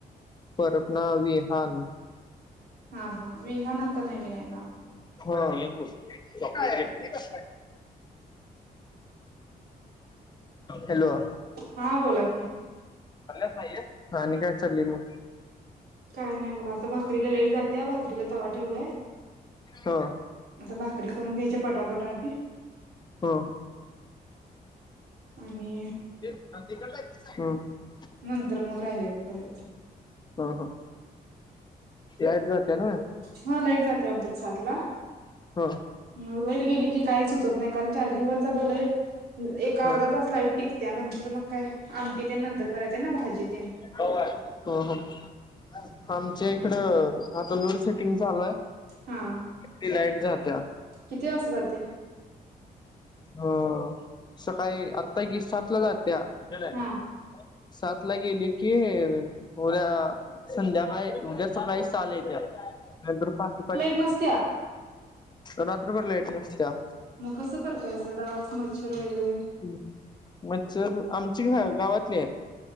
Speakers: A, on the left; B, on the right.
A: परंतनां पणं वीहांन
B: हां हां विहांन आता नव्हीण आहे नांव नां
A: हो येतं असतों हे कायं हे कसं कायं हॅलो <unintelligible>
B: हां बोला कीं
A: आपल्यांले पाहिजे आणि कायं नानि कडे चांली तु
B: कायं नाहीं बघां आता भाकरीला लेट जाते भाकरीलां तवां ठेवलायं
A: हो
B: आता भाकरी करूंन घ्यायंच्या पटापटा आधी
A: हो
B: आणि
A: ते <unintelligible>
B: नंतर मंग राहिलेल्यां त्यां करायंच्या
A: हो हो याचं होत्याणं
B: हां लाईट जाते आमच्यांत सात लां
A: हंम
B: मं लाईट गेली की कांहीं सुचंत नाहीं कारणं चार्जिंग वरचं बलायं एक अर्धा
A: हो
B: तांस लाईट टिकतं नंतर मंग कायं आमटी तेन नंतर करायचे नां भांजी तेन
A: हो हो हो <unintelligible> आमच्यां इकडं आता लोड सेटिंग चालूं आहे
B: हां
A: ती लाईट जांत्यां
B: किती वाजतां जाते
A: हो सकाळीं आत्ता की सात ला जांत्यां केलां
B: हा
A: सात ला गेली की उद्या संध्याकांळी उद्यां सकाळीं सहा येत्या नाहिं तरं पहाटे पहाटे
B: नंसत्यां
A: रांत्रभर लाईट नसत्यां
B: मग कसं करतायचं डास मच्छर
A: आमची
B: वगैरे
A: मच्छर आमची आहे गांवातली आहे